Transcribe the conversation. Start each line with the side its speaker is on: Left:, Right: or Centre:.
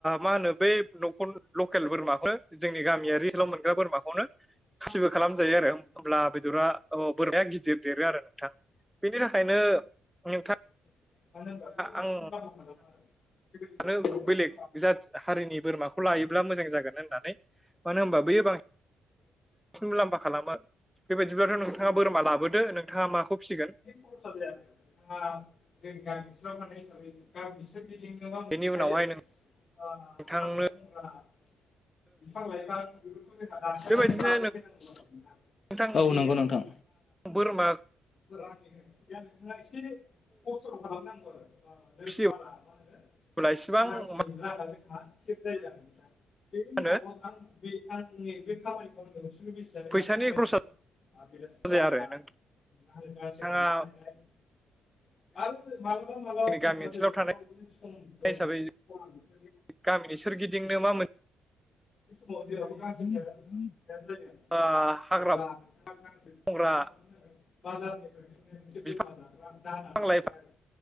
Centre: मा होनो बै न'खर लकेल बोरमाखौनो जोंनि गामियारि लाव मोनग्रा बोरमाखौनो गासिबो खालामजायो आरो अब्ला बेदरा अ बोरमाया गिदिर देरो आरो नोंथां बेनि थाखायनो <unintelligible>
Left: <unintelligible>
Centre: आं सानो बेलेग जाथि हारिनि बोरमाखौ लायोब्ला मोजां जागोन होननानै मानो होनबा बैयो बां बांसिन मुलाम्फा खालामो बेबायदिब्लाथ' नोंथाङा बोरमा लाबोदो नोंथाङा माखौ फिसिगोन
Left: <unintelligible> <unintelligible>
Centre: बेनि उनावहाय
Left: <unintelligible> <unintelligible>
Centre: नोंथांनो बेबायदिनो नोंथां
Left: औ नंगौ नोंथां।
Centre: बोरमाखौ
Left: फोरनि गोनांथि बे नोंथाङा एसे खस्थ' खालामनांगौ आरो ोंबा
Centre: फिसियोब्ला
Left: आरो
Centre: इसिबां
Left: रांनि
Centre: मा
Left: राङा जोंहा सेभ जायो ना बे उनाव
Centre: होनो
Left: आं बे आंनि बे खामानिखौ आं होसोरनो मिसिानो
Centre: फैसानि
Left: गासिबो रायजोबो
Centre: खरसा जाया आरो नोंथां
Left: आ र द <unintelligible> गानानै
Centre: नोंथाङा
Left: लाय आरो मा
Centre: जोंनि
Left: माला
Centre: गामि ओनसोलाव थानाय
Left: सथायायो द
Centre: हिसाबै गामिनि सोरगिदिंनो मा मोन
Left: <unintelligible> <unintelligible>
Centre: ओ हाग्रा बंग्रा
Left: बाजारनिफ्राय एसे
Centre: बिफां
Left: बोरमा जाग्रा दाना दंखायो
Centre: लाइफां
Left: आरो